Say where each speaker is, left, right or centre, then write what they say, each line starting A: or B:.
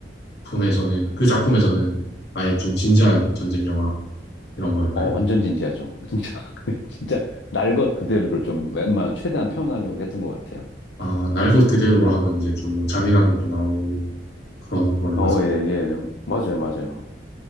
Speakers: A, on the left (about 65°); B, on the left (about 80°).
A: 작품에서는 그 작품에서는 아예 좀 진지한 전쟁 영화 이런 거였나요?
B: 어, 완전 진지하죠. <laughs> 진짜 그냥 진짜 날 것 그대로를 좀 웬만하면 최대한 표현하려고 했던 것 같아요.
A: 아, 날 것 그대로로 하면 이제 좀 뭐 잔인한 것도 나오고 그런 거를 말씀.
B: 어, 예, 예. 맞아요, 맞아요.